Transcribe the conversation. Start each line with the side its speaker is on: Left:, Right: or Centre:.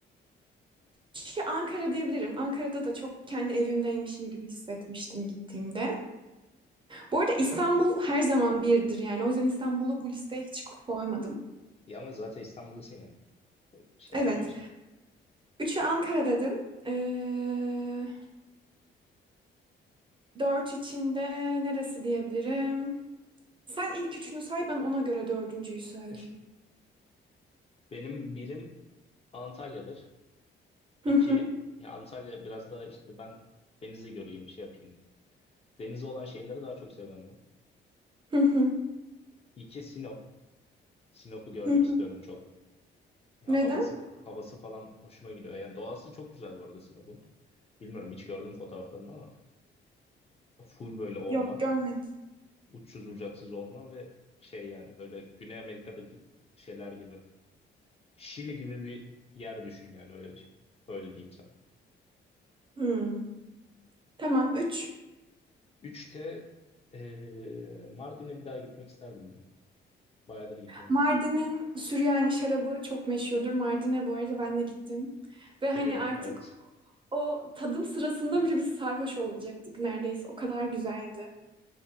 Right: Üçü Ankara diyebilirim. Ankara'da da çok kendi evimdeymişim gibi hissetmiştim gittiğimde. Bu arada İstanbul her zaman birdir yani. O yüzden İstanbul'u bu listeye hiç koymadım.
Left: Ya ama zaten İstanbul'dasın ya. Şey
Right: Evet.
Left: yapma o yüzden.
Right: Üçü Ankara dedim. Ee, dört içinde neresi diyebilirim? Sen ilk üçünü say ben ona göre dördüncüyü söyleyeyim.
Left: <laughs> Benim birim Antalya'dır.
Right: Hı
Left: İki,
Right: hı,
Left: ya Antalya biraz daha işte ben denizi göreyim, şey yapayım. Denizi olan şeyleri daha çok seviyorum ben.
Right: hı hı,
Left: İki, Sinop. Sinop'u görmek
Right: hı
Left: istiyorum
Right: hı.
Left: çok. Ya
Right: Neden?
Left: havası havası falan hoşuma gidiyor. Yani doğası çok güzel bu arada Sinop'un. Bilmiyorum hiç gördüm fotoğraflarını ama full böyle orman,
Right: Yok görmedim.
Left: uçsuz bucaksız orman ve şey yani böyle Güney Amerika'daki şeyler gibi. Şili gibi bir yer düşün yani öyle öyle diyeyim sana.
Right: Hmm. Tamam üç.
Left: Üçte eee Mardin'e bir daha gitmek isterdim ya. Bayağıdır gitmiyorum.
Right: Mardin'in Süryani şarabı çok meşhurdur. Mardin'e bu arada ben de gittim. Ve hani
Left: Biliyorum
Right: artık
Left: evet.
Right: o tadım sırasında bile biz sarhoş olacaktık neredeyse. O kadar güzeldi.